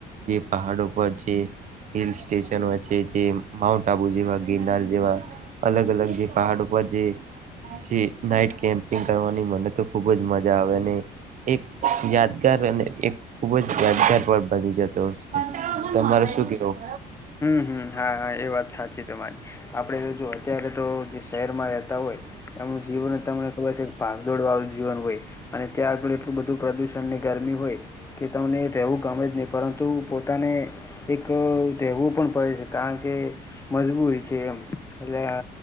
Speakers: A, on the right; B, on the left.
A: જે પહાડો. ઉપ જે હિલ સ્ટેશનો છે જે માઉન્ટ આબુ જેવા ગિરનાર જેવા. અલગ અલગ જે પહાડ ઉપર જે. ચે નાઈટ કેમ્પિંગ કરવાની મને તો ખુબ જ મજા આવે અને એક યાદગાર અને એક ખૂબ જ યાદગાર પળ બની જતો હશે. તમારે શું કેવું?
B: હમ, હમ, હા, હા એ વાત સાચી તમારી. આપડે જો અત્યારે તો જે શહેરમાં રેતા હોય એમનું જીવન અતાર મને ખબર છે ક ભાગદોડવાળું જીવન હોય અને ત્યાર પણ એટલું બધું પ્રદૂષણને ગરમી હોય કે તમને રહેવું ગમે જ નઈ પરંતુ પોતાને એક રહેવું પણ પડે છે કારણ કે, મજબૂરી છે એમ. એટલે અ